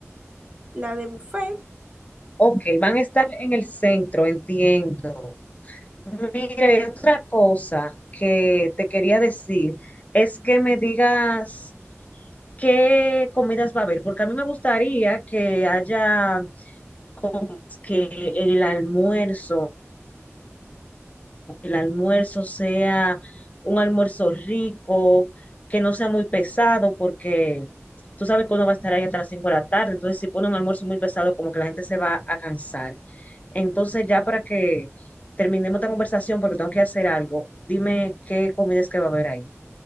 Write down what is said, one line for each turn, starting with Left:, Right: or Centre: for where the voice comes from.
Right: la de buffet.
Left: Ok, van a estar en el centro, entiendo. Mira, y otra cosa que te quería decir es que me digas qué comidas va a haber, porque a mí me gustaría que haya como que el almuerzo el almuerzo sea un almuerzo rico, que no sea muy pesado, porque tú sabes que uno va a estar ahí hasta las 5 de la tarde, entonces si pone un almuerzo muy pesado, como que la gente se va a cansar. Entonces ya para que terminemos esta conversación, porque tengo que hacer algo, dime qué comidas que va a haber ahí.